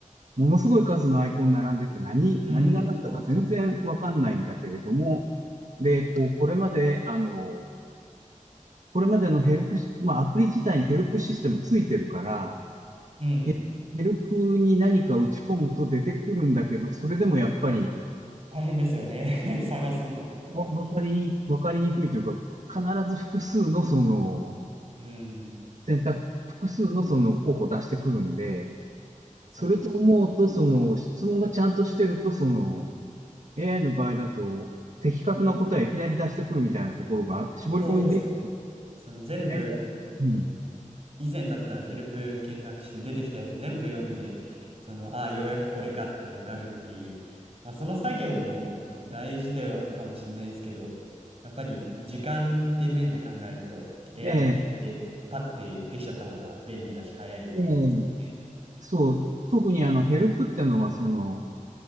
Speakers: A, on the right; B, on the right.
A: ものすごい数のアイコン並んでて何、
B: うん、
A: 何が何だか全然わかんないんだけれども、
B: そうそうそうそ
A: で、こう、これまで、あの、これまでのヘルプし、まあ、アプリ自体にヘルプシステムついてるから、
B: う。うん、
A: ヘヘルプに何か打ち込むと出てくるんだけど、それでもやっぱり、
B: 大変ですよね。<laughs> 探すのとか。
A: わわかり、わかりにくいというか、必ず複数のその、
B: うん、
A: 選択、複数のその候補出してくるんで、
B: そう、
A: それと思うと、その、質問がちゃんとしてると、その、AI の場合だと、的確な答えをいきなり出してくるみたいなところがあって、絞り込みでき
B: そうです。その全部
A: ない。うん。
B: 以前だったらヘルプ検索して出てきたやつ全部読んで、その、ああ、ようやくこれかってわかるっていう、まあその作業も大事ではかもしれないんですけど、やっぱり時間って面で考えると AI
A: ええ、
B: にでパッてできちゃった方が便利だし早いですよね。
A: ええ、そう。特にあの、ヘルプってのは、その、